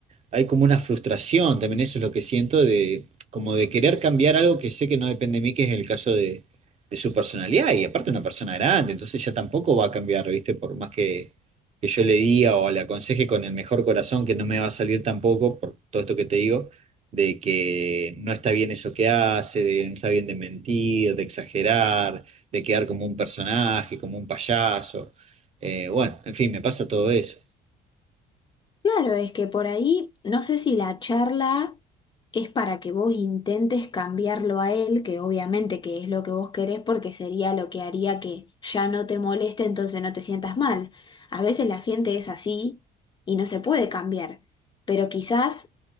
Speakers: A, on the right; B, on the left.
A: hay como una frustración, también eso es lo que siento, de como de querer cambiar algo que sé que no depende de mí, que es el caso de, de su personalidad, y aparte una persona grande, entonces ya tampoco va a cambiar, ¿viste? Por más que, que yo le diga o le aconseje con el mejor corazón, que no me va a salir tampoco, por todo esto que te digo, de que no está bien eso que hace, de no está bien de mentir, de exagerar, de quedar como un personaje, como un payaso. Eh, bueno, en fin, me pasa todo eso.
B: Claro, es que por ahí, no sé si la charla es para que vos intentes cambiarlo a él, que obviamente que es lo que vos querés, porque sería lo que haría que ya no te moleste, entonces no te sientas mal. A veces la gente es así y no se puede cambiar, pero quizás